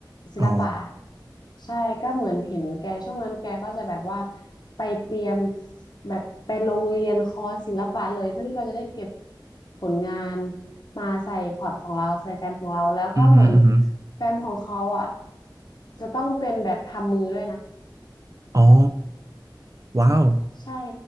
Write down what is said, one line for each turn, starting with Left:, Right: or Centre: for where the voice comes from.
Left: ศิลปะ
Right: อ๋อ
Left: ใช่ก็เหมือนเห็นแกช่วงนั้นแกก็จะแบบว่าไปเตรียมแบบไปโรงเรียนคอร์สศิลปะเลยเพื่อที่เราจะได้เก็บผลงานมาใส่พอร์ตของเราใส่แฟ้มของเราแล้วก็เหมือน
Right: อือหืออือหือ
Left: แฟ้มของเขาอ่ะจะต้องเป็นแบบทำมือด้วยนะ
Right: อ๋อว้าว
Left: ใช่